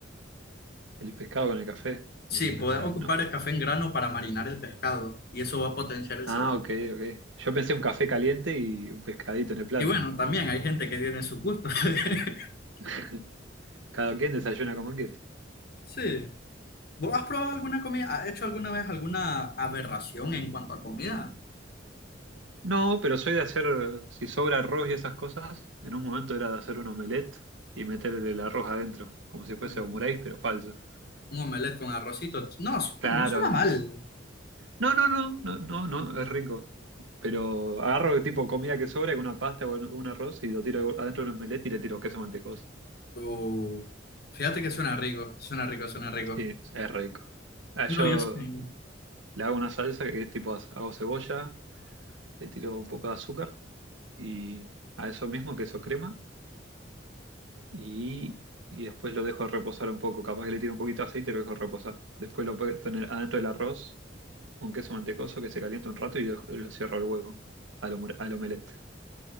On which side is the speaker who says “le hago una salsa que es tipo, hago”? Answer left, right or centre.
Right